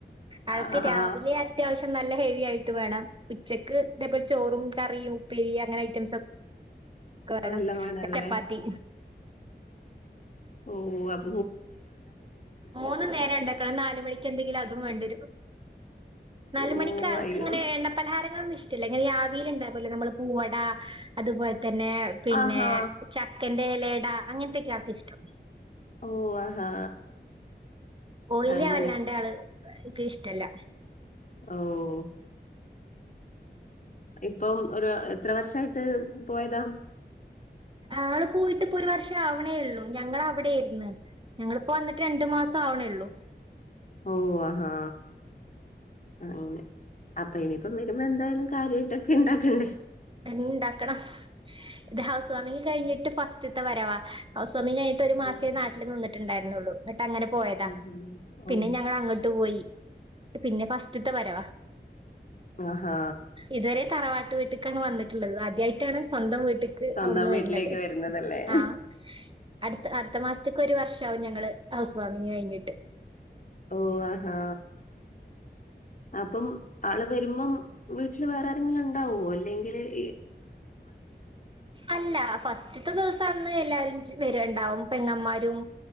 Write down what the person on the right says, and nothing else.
അവൾക്ക്
രാവിലെ അത്യാവശ്യം നല് നല്ല ഹേവി ആയിട്ട് വേണം ഉച്ചക്ക് ഇതേപോലെ ചോറും കറിയും ഉപ്പേരി അങ്ങനെ ഐറ്റംസൊക് കാ <unintelligible> ണം
ചപ്പാത്തി
മൂന്ന് നേരം ഇണ്ടാക്കണം നാലുമണിക്ക് എന്തെങ്കിലും അതും വേണ്ടരു നാല്
മണിക്ക ആൾക്ക്
ഇങ്ങനെ എണ്ണ പലഹാരങ്ങള് ഇഷ് ചെല ങ്ങനെ രാവിലെ ഉണ്ടാക്കല്ലോ നമ്മള് പൂവട അതുപോല തന്നെ പിന്നെ
ചക്കന്റെ എലട അങ്ങനത്തെക്കെ ആർക്ക് ഇഷ്ടം
ഓളില്
വല്ലാണ്ട ആള് ഇക്ക് ഇഷ്ടല്ല
ആള് പോയിട്ട്പ്പൊ ഒരു വർഷം ആവണേ ഉള്ളൂ ഞങ്ങൾ അവിടെ ഏര്ന്ന് ഞങ്ങള്പ്പോ വന്നിട്ട് രണ്ട് മാസം ആവേണേയൊള്ളൂ
എന്ന ഇണ്ടാക്കണം ഇത് ഹൗസ് വാമിങ് കഴിഞ്ഞിട്ട് ഫസ്റ്റ്ത്തെ വരവാ ഹൗസ് ഫാർമിംഗ് കഴിഞ്ഞിട്ട് ഒരു മാസേ
നാട്ടില് നിന്നിട്ടുണ്ടായിരുന്നുള്ളു അങ്ങനെ പോയതാ
പിന്നെ
ഞങ്ങൾ അങ്ങട്ട് പോയി പിന്നെ ഫസ്റ്റത്തെ വരവാ
ഇതുവരെ തറവാട്ട് വീട്ക്കാണ് വന്നിട്ട്ള്ളത് അദ്യയിട്ടാണ് സ്വന്തം വീട്ട ട്ടിക്ക്
അവിട്ന്ന്
വര്ന്നത്
ആഹ് അട്ത്ത അട്ത്ത മാസത്ത്ക്ക് ഒരു വർഷ ആവും ഞങ്ങള് ഹൗസ് വാർമിങ് കഴിഞ്ഞിട്ട്
അല്ല ഫസ്റ്റത്തെ ദിവസന്ന് എല്ലാരും വര്വണ്ടാവും പെങ്ങമാരും